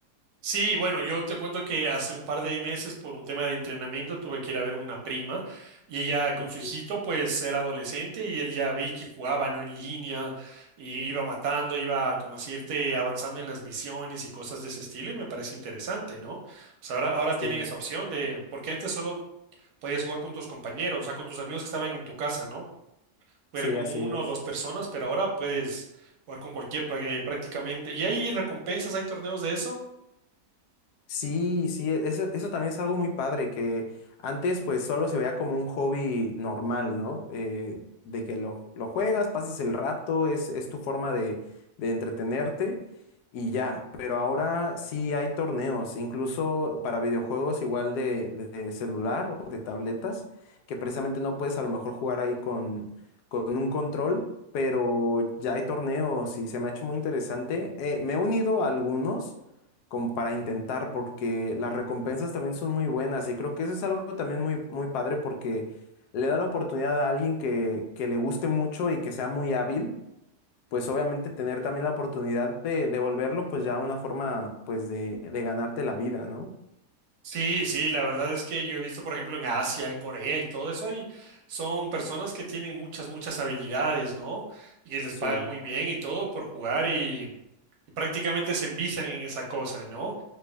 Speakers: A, on the right; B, on the left.
A: Sí, bueno, yo te cuento que hace un par de meses por un tema de entrenamiento tuve que ir a ver una prima y ella con
B: Ujú,
A: su hijito pues era adolescente y él ya vi que jugaba, ¿no? En línea y iba matando, iba como decirte avanzando en las misiones y cosas de ese estilo y me parece interesante, ¿no? O sea, ahora, ahora
B: Sí.
A: tienen esa opción de, porque antes solo podías jugar con tus compañeros, o sea, con tus amigos que estaban en tu casa, ¿no? era
B: Sí,
A: con
B: así
A: uno
B: es.
A: o dos personas, pero ahora puedes jugar con cualquier prá- eh, prácticamente. ¿Y hay recompensas, hay torneos de eso?
B: Sí, sí, eso, eso también es algo muy padre, que antes pues solo se veía como un hobby normal, ¿no? Eh, de que lo, lo juegas, pasas el rato, es, es tu forma de, de entretenerte y ya, pero ahora sí hay torneos, incluso para videojuegos igual de, de celular o de tabletas, que precisamente no puedes a lo mejor jugar ahí con, con un control, pero ya hay torneos y se me ha hecho muy interesante. Eh, me he unido a algunos como para intentar, porque las recompensas también son muy buenas y creo que eso es algo también muy, muy padre porque le da la oportunidad a alguien que, que le guste mucho y que sea muy hábil, pues obviamente tener también la oportunidad de devolverlo, pues ya una forma pues de, de ganarte la vida, ¿no?
A: Sí, sí, la verdad es que yo he visto, por ejemplo, en Asia, en Corea y todo eso, hay, son personas que tienen muchas, muchas habilidades, ¿no? Y que les
B: Sí,
A: pagan muy bien y todo por jugar y, y prácticamente se envician en esa cosa, ¿no?